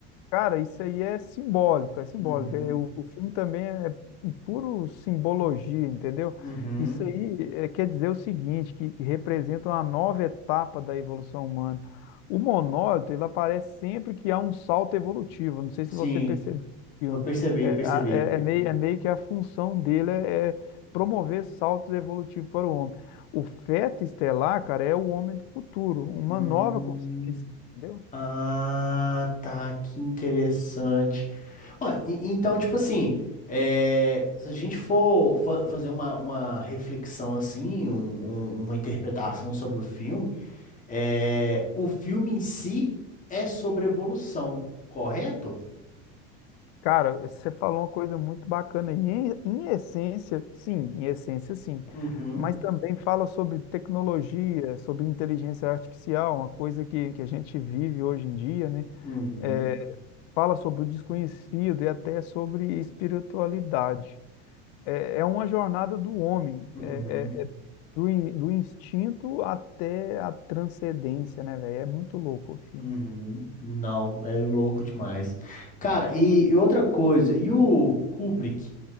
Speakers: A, on the left (about 70°); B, on the left (about 25°).
A: Cara, isso aí é simbólico, é simbólico.
B: Uhum,
A: É, o, o filme também é em puro simbologia, entendeu?
B: uhum.
A: Isso aí é, quer dizer o seguinte, que, que representa uma nova etapa da evolução humana. O monólito, ele aparece sempre que há um salto evolutivo. Não sei se
B: Sim.
A: você percebeu no filme.
B: Eu percebi,
A: É,
B: eu percebi.
A: a- é- é meio, é meio que a função dele é, é promover saltos evolutivos para o homem. O feto estelar, cara, é o homem do futuro, uma
B: Hum,
A: nova consciência, entendeu?
B: ah, tá, que interessante. Ué, e- então, tipo assim, é, se a gente for fa- fazer uma, uma reflexão assim, um- um- uma interpretação sobre o filme, é, o filme em si é sobre evolução, correto?
A: Cara, você falou uma coisa muito bacana. E em, em essência, sim, em essência, sim.
B: Uhum,
A: Mas também fala sobre tecnologia, sobre inteligência artificial, uma coisa que, que a gente vive hoje em dia, né?
B: uhum,
A: É, fala sobre o desconhecido e até sobre espiritualidade. É, é uma jornada do homem,
B: uhum,
A: é, é- é do, in- do instinto até a transcendência, né, velho? É muito louco o filme.
B: uhum. Não, é louco demais. Cara, e e outra coisa, e o Kubrick?